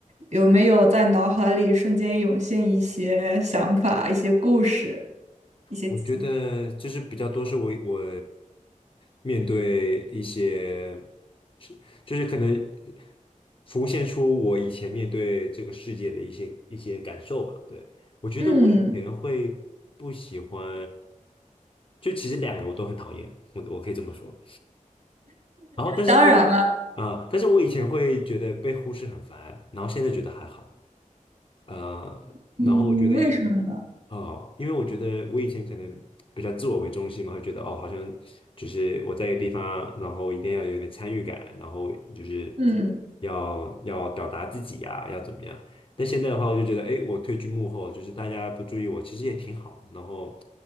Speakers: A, on the right (about 65°); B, on the left (about 40°).
A: 有没有在脑海里瞬间涌现一些想法、一些故事、一些经？
B: 我觉得就是比较多是我我面对一些是就是可能浮现出我以前面对这个世界的一些一些感受吧。对，我觉得我以前会不喜欢，
A: 嗯，
B: 就其实两个我都很讨厌，我我可以这么说。然后但是但是
A: 当然了，
B: 呃，但是我以前会觉得被忽视很烦，然后现在觉得还好，呃，然后我觉得。
A: 嗯，为什么呢？
B: 哦，因为我觉得我以前可能比较自我为中心嘛，会觉得哦，好像就是我在一个地方，然后一定要有一点参与感，然后就是
A: 嗯
B: 要要表达自己呀、要怎么样。但现在的话，我就觉得，哎，我退居幕后，就是大家不注意我，其实也挺好的然后，